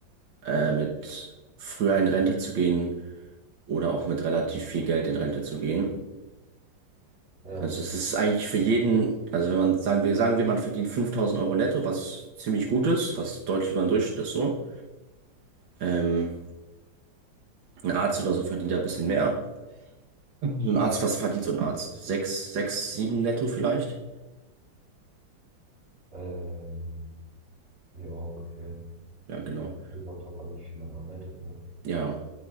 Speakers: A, on the right; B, on the right.
A: äh, mit früher in Rente zu gehen oder auch mit relativ viel Geld in Rente zu gehen.
B: Ja,
A: Also es ist eigentlich für jeden, also wenn man, sagen wir, sagen wir, man verdient 5000 Euro netto, was ziemlich gut ist, was deutlich über den Durchschnitt ist so. Ähm, ein Arzt oder so verdient ja ein bisschen mehr. So ein
B: ja.
A: Arzt, was verdient so ein Arzt? Sechs, sechs, sieben netto vielleicht?
B: Ähm, ja, ungefähr.
A: Ja, genau.
B: Kommt natürlich auch drauf an, wie viel man arbeitet, ne?
A: Ja,